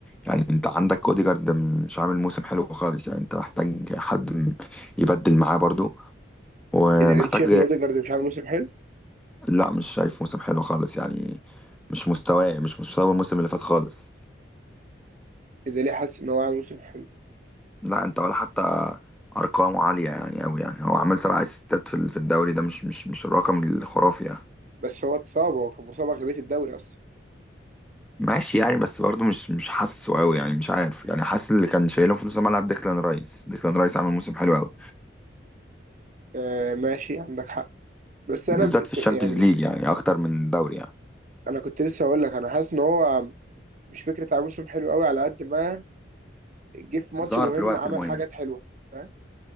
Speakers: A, in the centre; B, on the right.
A: يعني انت عندك اوديجارد مش عامل موسم حلو خالص يعني انت محتاج حد م- يبدل معاه برضو ومحتاج
B: ايه ده شيخ نوديجارد مش عامل موسم حلو
A: لا مش شايف موسم حلو خالص يعني مش مستواه مش مستوى الموسم اللي فات خالص
B: ايه ده ليه حاسس ان هو عامل موسم حلو
A: لا انت ولا حتى ارقامه عاليه يعني قوي يعني هو عمل سبع اسيستات في ال- في الدوري ده مش مش مش الرقم الخرافي يعني
B: بس هو اتصاب هو كان مصاب اغلبيه الدوري اصلا
A: ماشي يعني بس برضه مش مش حاسه قوي يعني مش عارف يعني حاسس اللي كان شايله في نص الملعب ديكلان رايس ديكلان رايس عمل موسم حلو قوي
B: آه ماشي عندك حق بس
A: بالذات
B: انا بس
A: في الشامبيونز
B: يعني
A: ليج يعني اكتر من الدوري يعني
B: انا كنت لسه هقول لك انا حاسس ان هو مش فكره عامل موسم حلو قوي على قد ما جه في ماتش
A: ظهر
B: مهم
A: في الوقت
B: عمل
A: المهم
B: حاجات حلوه فاهم